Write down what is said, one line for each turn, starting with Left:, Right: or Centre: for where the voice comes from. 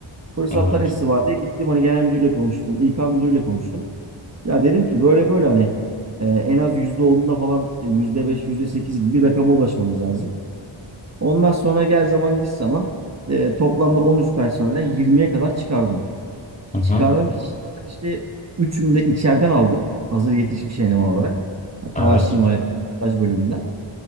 Right: Fırsattan
Left: evet.
Right: istifadeye gittim hani genel müdürle konuştum. İK müdürle konuştum. Ya dedim ki böyle böyle hani e, en az yüzde onunda falan e, %5 %8 gibi bir rakama ulaşmamız lazım. Ondan sonra gel zaman git zaman e, toplamda 13 personelden yirmiye kadar çıkardım.
Left: Hı hı,
Right: Çıkardım ki işte, ben işte üçünü de içeriden aldım. Hazır yetişmiş eleman olarak. Yani Talaş
Left: evet.
Right: himayetinin montaj bölümünden.